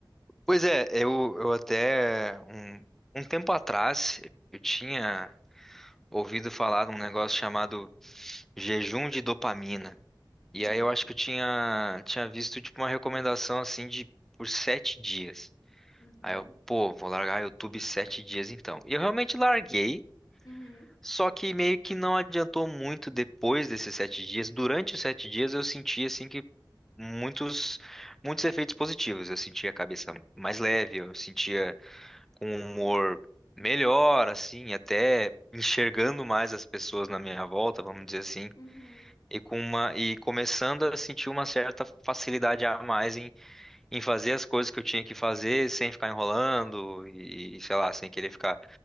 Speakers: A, in the centre; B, on the left.
A: Pois é, eu, eu até um, um tempo atrás eu tinha ouvido falar de um negócio chamado jejum de dopamina.
B: Hum.
A: E aí eu acho que eu tinha, tinha visto tipo uma recomendação assim de por sete dias.
B: Uhum.
A: Aí eu, pô, vou largar YouTube sete dias então. E eu realmente larguei,
B: Uhum.
A: só que meio que não adiantou muito depois desses sete dias. Durante os sete dias eu senti assim que muitos, muitos efeitos positivos. Eu sentia a cabeça mais leve, eu sentia com um humor melhor, assim, até enxergando mais as pessoas na minha volta, vamos dizer assim
B: Uhum.
A: e com uma e começando a sentir uma certa facilidade a mais em, em fazer as coisas que eu tinha que fazer sem ficar enrolando e sei lá, sem querer ficar